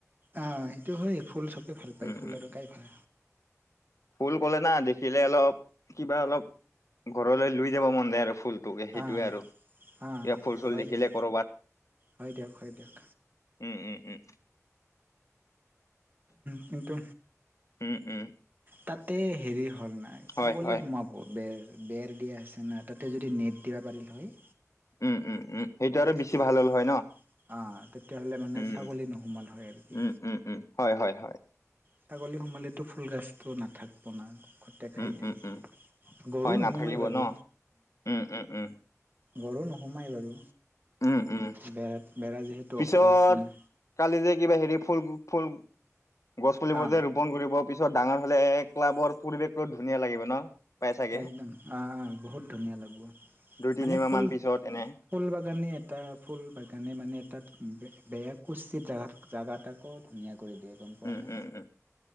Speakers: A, on the right; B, on the left.
A: অ, সেইটো হয় ফুল চবে ভাল পায়
B: উম
A: ফুল আৰুকাই ভাল
B: ফুল কলে না দেখিলে অলপ কিবা অলপ ঘৰলৈ লৈ যাব মন যায় আৰু ফুল সেইটোয়ে
A: অ
B: আৰু
A: অ
B: এ ফুল চুল
A: হয়
B: দেখিলে
A: দিয়ক
B: কৰবাত।
A: হয় দিয়ক - হয় দিয়ক।
B: উম উম উম
A: কিন্তু
B: উম উম
A: তাতে হেৰি হ'ল নাই ছাগলী
B: হয় হয়
A: সোমাব বেৰ বেৰ দিয়া আছে না তাতে যদি নেট দিবা পাৰিল হয়।
B: উম - উম - উম সেইটো আৰু
A: তেতিয়া
B: বেছি ভাল হ'ল হয় ন।
A: অ তেতিয়াহ'লে মানে
B: উম
A: ছাগলী নোসোমাল
B: -
A: হয় আৰু কি
B: উম - উম - উম, হয় - হয় - হয়।
A: ছাগলী সোমালেতো ফুলগছটো নাথাকিব নখতে খাই
B: উম
A: দিও।
B: উম উম
A: গৰু
B: হয় নাথাকিব
A: নোসোমাই বাৰু
B: ন উম উম উম
A: গৰু উম, সোমাই বাৰু
B: উম উম
A: বেৰা যিহেতু
B: পিছত
A: ওখ আছে না
B: কালি যে কিবা হেৰি ফুল ফুল গছ পুলিবোৰতে
A: আ
B: ৰোপন কৰিব পিছত ডাঙৰ হ'লে ক্লাবৰ পৰিৱেশটো ধুনীয়া লাগিব ন। পাই চাগে
A: একদম অ - অ বহুত ধুনীয়া লাগিব
B: দুই তিনিমাহ
A: মানে ফুল
B: মান পিছত এনে
A: ফুল বাগানে এটা - ফুল বাগানে মানে এটাত বেয়াগ কচিত জাগাত - জাগাত তাক ধুনীয়া কৰি দিয়ে গম পোৱা
B: উম
A: নাই
B: উম উম